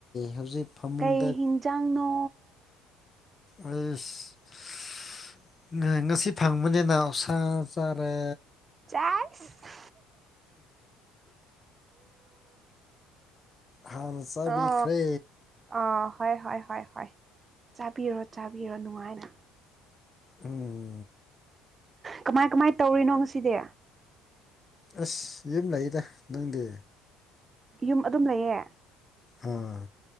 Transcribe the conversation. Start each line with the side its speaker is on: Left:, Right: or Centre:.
Left: ꯍꯧꯖꯤꯛ ꯐꯃꯨꯡꯗ
Right: ꯀꯩ ꯍꯤꯟꯖꯥꯡꯅꯣ
Left: ꯑꯁ ꯉꯁꯤ ꯐꯪꯕꯅꯤꯅꯥ ꯑꯣꯛꯁꯥ ꯆꯥꯔꯦ
Right: ꯆꯥꯁ
Left: ꯍꯥ ꯆꯥꯕꯤꯈ꯭ꯔꯦ
Right: ꯑꯣ ꯑ ꯍꯣꯏ ꯍꯣꯏ ꯍꯣꯏ ꯍꯣꯏ ꯆꯥꯕꯤꯔꯣ ꯆꯥꯕꯤꯔꯣ ꯅꯨꯡꯉꯥꯏꯅ
Left: ꯎꯝ
Right: ꯀꯃꯥꯏ ꯀꯃꯥꯏꯅ ꯇꯧꯔꯤꯅꯣ ꯉꯁꯤꯗꯤ
Left: ꯑꯁ ꯌꯨꯝ ꯂꯏꯗ ꯅꯪꯗꯦ
Right: ꯌꯨꯝ ꯑꯗꯨꯝ ꯂꯩꯌꯦ
Left: ꯑꯥ